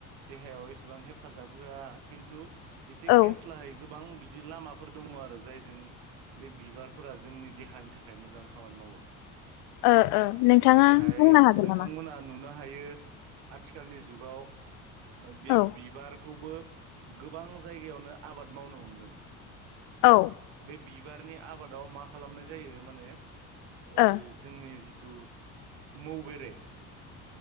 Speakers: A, on the right; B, on the left.
A: देहायाव एसेबां हेफाजाब होआ खिन्थु इसे
B: औ
A: खेंस्लाहै गोबां बि बिदि लामाफोर दङ आरो जायजों बे बिबारफोरा जोंनि देहानि थाखाय मोजां खामानि मावो
B: ओ ओ नोंथाङा
A: जेरैहाय
B: बुंनो हागोन
A: नोंथांमोना
B: नामा?
A: नुनो हायो आथिखालनि जुगाव ओ बे
B: औ
A: बिबारखौबो गोबां जायगायावनो आबाद मावनो हमदों बे
B: ओ
A: बि बिबारनि आबादाव मा खालामनाय जायो माने ओइ
B: ओ
A: नि जिथु मौबेरे